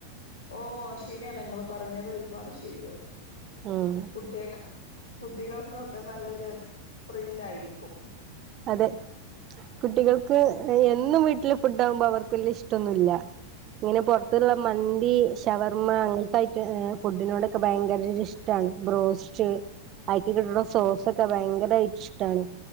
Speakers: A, on the left (about 75°); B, on the right (about 35°).
A: ഓ ശരിയാണ് നിങ്ങള്ൾ പറഞ്ഞത് ഒരുപാട് ശരിയായി
B: ഉം
A: കുട്ടി കുട്ടികൾക്കൊക്കെ നല്ലൊരു ത്രില്ലായിരിക്കും
B: അതെ കുട്ടികൾക്ക് എന്നും വീട്ടില് പുട്ട് ആകുമ്പോ അവർക്ക് വല്ല്യ ഇഷ്ടൊന്നുല്ല ഇങ്ങനെ പുറത്തുള്ള മന്തി ഷവർമ്മ അങ്ങനത്തെ ഐറ്റം ഫുഡിനോടൊക്കെ ഭയങ്കരരിഷ് ടാണ് ബ്രോസ്റ്റ് അക്കി കിട്ടുന്ന സോസൊക്കെ ഭയങ്കരമായി ഇഷ്ടമാണ്